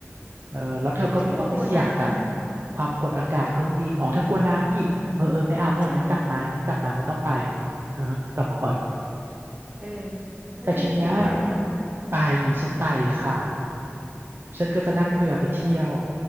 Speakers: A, on the right; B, on the right.
A: เออแล้วเธอก็ไม่ต้องไปเสี่ยงกับ
B: ฉันก็กลัวน้ำนะ
A: ความกดอากาศเครื่องบินอ๋อเธอกลัวน้ำอีกเออเออไม่เอาไม่เอางั้นกลับมางั้นกลับมาไม่ต้องไป
B: ใช่
A: เออกลับมาก่อน
B: เออแล้วเธอจะไปเที่ยวไหมล่ะ
A: แต่ทีเนี้ยไปฉันไปค่ะฉันก็จะนั่งเรือไปเที่ยว